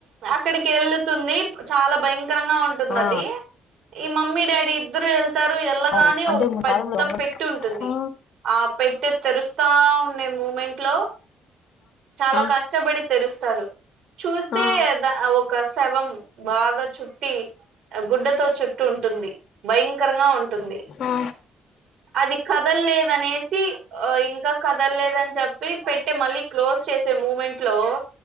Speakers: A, on the right; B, on the left.
A: అక్కడికి వెళ్ళతుంది చాలా భయంక భయాంకరంగ ఉంటుంది
B: ఆ
A: అది ఈ మమ్మీ డాడి ఇద్దరు ఎల్ తారు ఎల్ళ్లగానే
B: అవును అంటే
A: ఒక
B: మీ
A: పెద్ద
B: కాలంలో దొంగ
A: పెట్టి ఉంటుంది
B: ఆ
A: ఆ పెట్టే తెరుస్తా ఉండే మూమెంట్ లో చాలా
B: ఆ
A: కష్టపడి తెరుస్తారు చూస్తే
B: ఆ
A: ద ఒక శవం బాగా చుట్టి గుడ్డతో చుట్టూ ఉంటుంది భయంకరంగా ఉంటుంది
B: ఆ
A: అది కదల్లేదనేసి ఇంకా కదల్లేదని చెప్పి పెట్టే మళ్ళీ క్లోజ్ చేసే మూమెంట్ లో